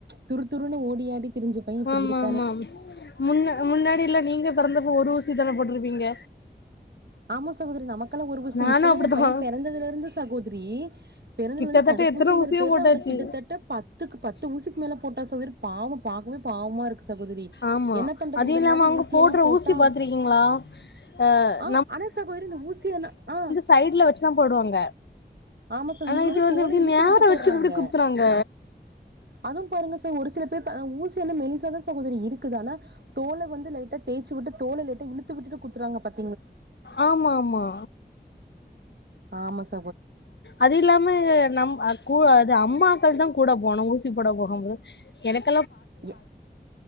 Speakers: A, on the right (about 70°); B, on the left (about 85°).
A: துரு துருனு ஓடியாடி திரிஞ்ச பைய இப்புடி
B: ஆமா
A: இருக்
B: ஆமா முன்ன முன்னாடி எல்லா நீங்க பெறந்தப்ப ஒரு ஊசி தான போட்ருப்பீங்க
A: ஆமா சகோதுரி நமக்கெல்லா ஒரு வர்ஷ
B: நானு
A: இப்பல்லா
B: அப்டித்தா
A: ஏ பைய பெறந்ததுல இருந்து சகோதுரி பிறந்ததுலருந்து
B: கிட்டத்தட்ட
A: தடுப்பூசிங்கிற
B: எத்தன ஊசியோ
A: பேருல
B: போட்டாச்சு
A: அவனுக் கிட்டத்தட்ட பத்துக்கு பத்து ஊசிக்கு மேல போட்டாச்சு வெரு பாவோ பாக்கவே பாவமா இருக்கு சகோதரி
B: ஆமா
A: என்ன பண்றது
B: அது
A: இந்த
B: இல்லாம
A: மாரி
B: அவுங்க
A: ஊசியெல்லா
B: போட்ற
A: போட்டா
B: ஊசி பாத்திருக்கீங்களா அ
A: ஆ ஆனா சகோதரி இந்த ஊசியால ஆ
B: சைட்ல வச்சுதா போடுவாங்க
A: ஆமா சகோ
B: ஆனா
A: இவுங்க
B: இது
A: தா
B: வந்து
A: தோல
B: இப்டி
A: இழுத்து
B: நேரா
A: விட்டு போட்றாங்க
B: வச்சு இப்டி குத்துறாங்க
A: அதுவு பாருங்க ச ஒரு சில பேர் ப அ ஊசியாலே மெலிசா தா சகோதரி இருக்குது ஆனா தோல வந்து லைட்டா தேய்சு விட்டு தோல லைட்டா இழுத்து விட்டுட்டு குத்துறாங்க பாத்
B: ஆமா ஆமா
A: ஆமா ச
B: அது இல்லாம நம் கு அது அம்மாக்கள் தா கூட போனு ஊசி போட போகும்போது எனக்
A: எ